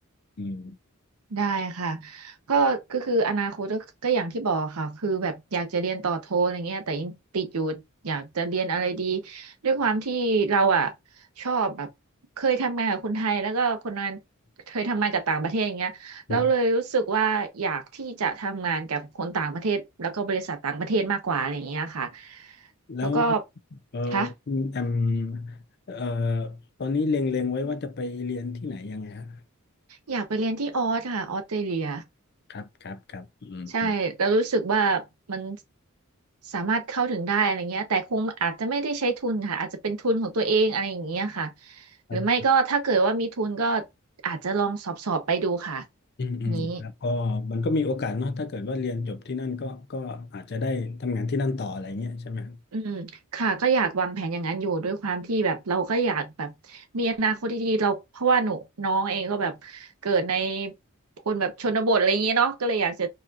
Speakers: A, on the left; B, on the right.
A: อืม
B: ได้ค่ะก็ก็คืออนาคตก็ก็อย่างที่บอกค่ะคือแบบอยากจะเรียนต่อโทอะไรเงี้ยแต่ยังติดอยู่อยากจะเรียนอะไรดีด้วยความที่เราอ่ะชอบแบบเคยทำงานกับคนไทยแล้วก็คนงานเคยทำงานกับต่างประเทศอย่างเงี้ยเราเลยรู้สึกว่าอยากที่จะทำงานกับคนต่างประเทศแล้วก็บริษัทต่างประเทศมากกว่าอะไรอย่างเงี้ยค่ะ
A: ครับแล้ว
B: แล้วก็
A: เออคุณแอม
B: ค่ะ
A: เอ่อตอนนี้เล็งๆไว้ว่าจะไปเรียนที่ไหนยังไงฮะ
B: อยากไปเรียนที่ออสค่ะออสเตรเลีย
A: ครับครับครับอืมอืม
B: ใช่เรารู้สึกว่ามันสามารถเข้าถึงได้อะไรเงี้ยแต่คงอาจจะไม่ได้ใช้ทุนค่ะอาจจะเป็นทุนของตัวเองอะไรอย่างเงี้ยค่ะ
A: ครับ
B: หรือไม่ก็ถ้าเกิดว่ามีทุนก็อาจจะลองสอบสอบไปดูค่ะ
A: อืมอืมแล้วก็มันก็มีโอกาสเนาะถ้าเกิดว่าเรียนจบที่นั่นก็ก็อาจจะได้ทำงานที่นั่นต่ออะไรเงี้ยใช่ไหมครับ
B: นี้อืมค่ะก็อยากวางแผนอย่างนั้นอยู่ด้วยความที่แบบเราก็อยากแบบมีอนาคตที่ดีเราเพราะว่าหนูน้องเองก็แบบเกิดในคนแบบชนบทอะไรอย่างเงี้ยเนาะก็เลยอยากจะ